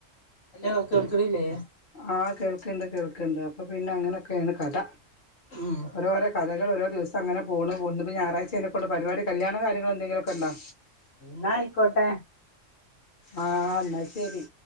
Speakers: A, on the left (about 75°); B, on the left (about 40°).
A: ഹലോ കേക്കണില്ലേ
B: ആഹ കേൾക്കണ്ട് കേൾക്കണ്ട് അപ്പൊ പിന്നെ അങ്ങനൊക്കെയാണ് കഥ
A: ഉം
B: ഓരോ ഓരോ കഥകളെ ഓരോ ദിവസം അങ്ങന പോണു ഇന്നിപ്പ ഞായാഴ്ച അല്ലേ എന്നെക്കണ്ട് പരിപാടി കല്യാണകാര്യങ്ങളാ എന്തെങ്കിലുമക്കെ ഉണ്ടോ
A: ന്നാ ആയിക്കോട്ടെ
B: ആഹ എന്ന ശരി